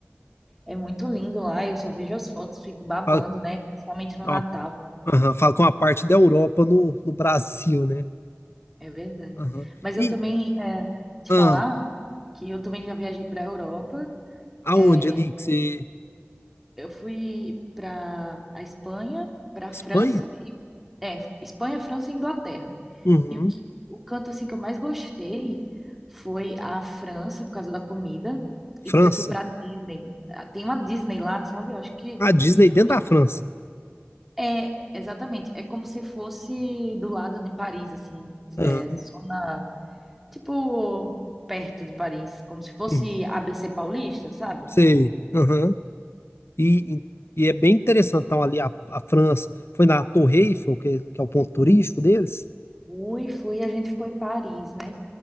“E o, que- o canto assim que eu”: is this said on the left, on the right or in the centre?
Centre